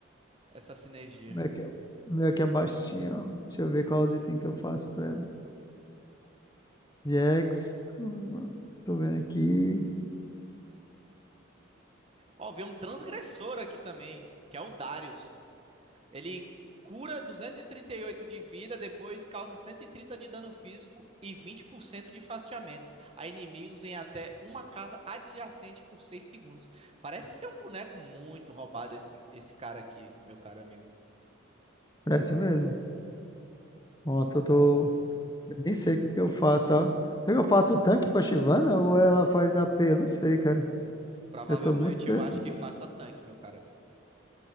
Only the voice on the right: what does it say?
essa sinergia.
Ó, veio um transgressor aqui também, que é o Darius. Ele cura duzentos e e trinta e oito de vida, depois causa 130 de dano físico e 20% de fatiamento a inimigos em até uma casa adjacente por 6 segundos. Parece ser um boneco muito roubado esse, esse cara aqui, meu caro amigo.
Provavelmente
eu acho que faça tanque, meu caro amigo.